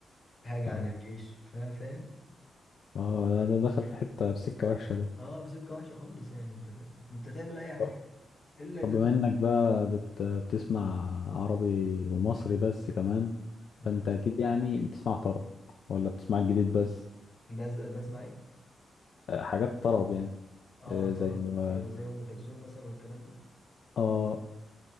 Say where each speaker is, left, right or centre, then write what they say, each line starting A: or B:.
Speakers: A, on the left; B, on the left.
A: حاجة
B: اه
A: عن الجيش فا- فاهم
B: اه ده ده دخل في حته في سكه وحشه ده
A: اه في سكة وحشة خالص يعني أنت فاهم أنت تعمل أي حاجة
B: طب
A: إلا
B: طب
A: ده
B: بما انك بقى بت بتسمع عربي ومصري بس كمان
A: مم.
B: فانت اكيد يعني بتسمع طرب ولا بتسمع الجديد بس
A: بس بسمع إيه؟
B: آه، حاجات طرب يعني
A: اه
B: آه،
A: طرب
B: زي ما-
A: اللي هو زي أم كلثوم مثلا والكلام ده
B: اه